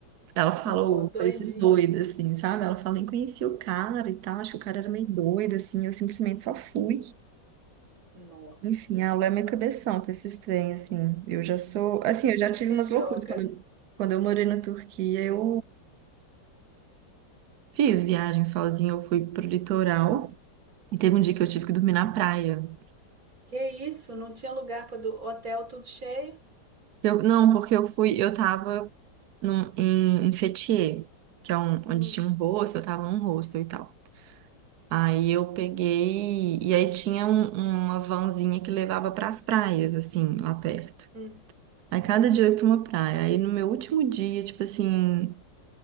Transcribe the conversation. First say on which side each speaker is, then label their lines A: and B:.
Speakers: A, on the right; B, on the right.
A: Ela falou
B: Nó, doidinha.
A: coisa de doida, assim, sabe? Ela falou, nem conhecia o cara e tal, acho que o cara era meio doido, assim, eu simplesmente só fui.
B: Nossa.
A: Enfim, ela é meio cabeção com esses trem, assim. Eu já sou, assim, eu já tive
B: Se
A: umas
B: joga.
A: loucuras. Quando, eu- quando eu morei na Turquia, eu fiz viagem sozinha, eu fui pro litoral e teve um dia que eu tive que dormir na praia.
B: Que isso? Não tinha lugar para do hotel tudo cheio?
A: Eu, não, porque eu fui, eu tava num, em, em Fethiye, que é um, onde
B: Hum,
A: tinha um rosto eu tava num rosto e tal. Aí eu peguei, e aí tinha um- uma vanzinha que levava para as praias, assim, lá perto.
B: hum,
A: Aí cada dia eu ia para uma praia. Aí no meu último dia, tipo assim,